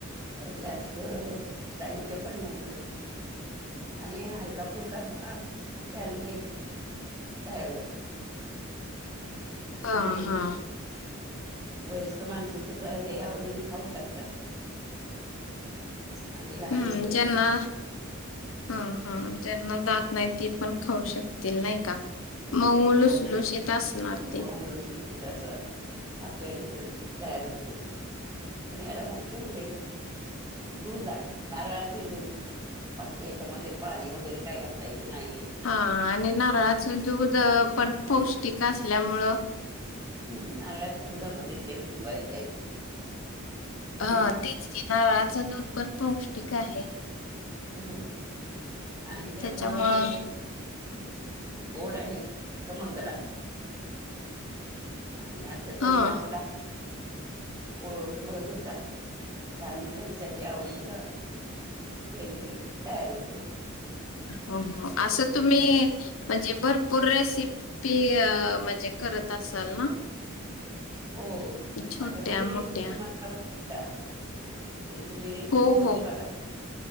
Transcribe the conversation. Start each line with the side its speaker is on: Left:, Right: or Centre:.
Right: अ जास्त साहित्य पण नाहीय आणि हलका फुलका ह पॅन केक तैयार होतो आणि
Left: हा हा.
Right: वयस्क माणसं सुद्धा हे आवडीने खाऊ शकतात. आणि लहान
Left: हम्म
Right: मुलं
Left: ज्यांना
Right: सुद्धा
Left: ह हा ज्यांना जात नाही त पण खाऊ शकतील नाही का माऊ
Right: मऊ
Left: लुसलुशीत असणार ते.
Right: मऊ लुसलुशीत अस हा पॅन केक तयार होतो. पण याला मुख्य म्हणजे दूध लागते नारळाचे दूध बाकी ह्याच्यामध्ये पाणी वगैरे काय घालायचं नाहीये
Left: हा आणि नारळाचं दूध पण पौष्टिक असल्यामुळं
Right: हम्म नारळाच्या दुधामध्येच ते भिजवायचं आहे.
Left: हा
Right: पीठ
Left: तेच की नारळाच दूध पण पौष्टिक आहे.
Right: हम्म आणि त्यामुळं
Left: त्याच्यामुळं
Right: ते गोड आणि खमंग लागते आणि ते तेरी
Left: हा
Right: ना आपड पोट भरूचा लहान मुलांसाठी आवडीचा पॅन केक तयार होतो
Left: हो हो असं तुम्ही म्हणजे भरपूर पूर रेसिपी म्हणजे करत असाल ना.
Right: हो
Left: छोट्या
Right: आता ही
Left: मोठ्या
Right: रेसिपी तुम्हाला हे तुम्ही रेसिपी
Left: हो
Right: करून
Left: हो
Right: बघा.